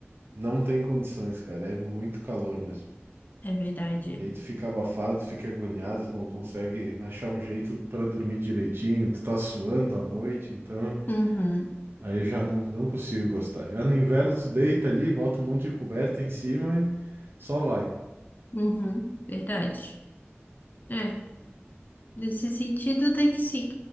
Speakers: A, on the right; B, on the left.
A: não tem condições, cara. É muito calor mesmo.
B: é verdade.
A: E aí tu fica abafado, fica agoniado, tu não consegue achar um jeito pra dormir direitinho, tu tá suando à noite, então
B: Uhum.
A: aí eu já não, não consigo gostar. Já no inverno tu deita ali, bota um monte de coberta em cima e só vai.
B: Uhum, verdade. É, nesse sentido até que sim.